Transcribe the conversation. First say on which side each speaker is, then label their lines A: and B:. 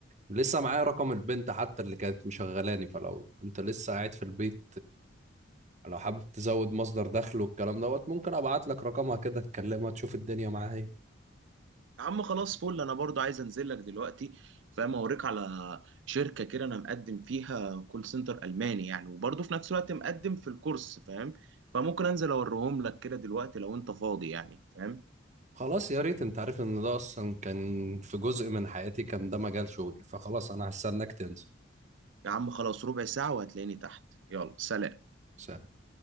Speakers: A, on the right (about 40°); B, on the right (about 65°).
A: لسه معايا رقم البنت حتى اللي كانت مشغلاني فلو انت لسه قاعد في البيت لو حابب تزود مصدر دخل والكلام دوت ممكن ابعت لك رقمها كده تكلمها تشوف الدنيا معاها ايه
B: يا عم خلاص فل انا برضو عايز انزل لك دلوقتي فاهم اوريك على شركه كده انا مقدم فيها كول سنتر الماني يعني وبرضو في نفس الوقت مقدم في الكورس فاهم فممكن انزل اوريهم لك كده دلوقتي لو انت فاضي يعني فاهم
A: خلاص يا ريت انت عارف ان ده اصلا كان في جزء من حياتي كان ده مجال شغلي فخلاص انا هستناك تنزل
B: يا عم خلاص ربع ساعه وهتلاقيني تحت يلا سلام
A: سلام